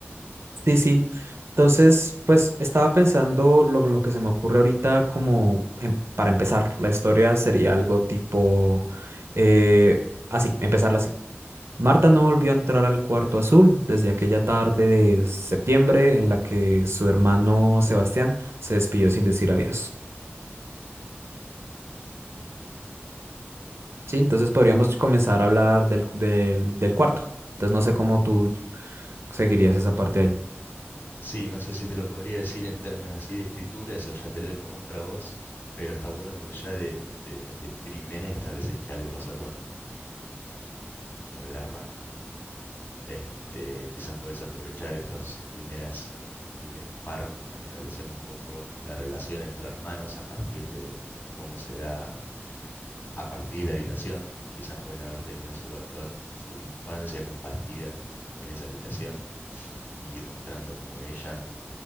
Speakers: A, on the right (about 75°); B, on the left (about 50°).
A: Sí, sí. Entonces, pues estaba pensando lo, lo que se me ocurre ahorita como em- para empezar. La historia sería algo tipo eh, así, empezarla así. Marta no volvió a entrar al cuarto azul desde aquella tarde de septiembre en la que su hermano Sebastián se despidió sin decir adiós.
B: Ujú.
A: Sí, entonces podríamos comenzar a hablar del, del, del cuarto. Entonces no sé cómo tú seguirías esa parte ahí.
B: Sí, no sé si te lo podría decir en términos así de escritura, eso ya te lo dejo más para vos, pero está bueno porque ya de, de, de primeras estableces que algo pasó con, con la hermana. Este, quizás podés aprovechar estos primeras, primeros párrafos para establecer un poco la relación entre hermanos a partir de cómo se da a partir de la habitación, quizás pueden haber tenido su, toda su infancia compartida en esa habitación y ir mostrando cómo ella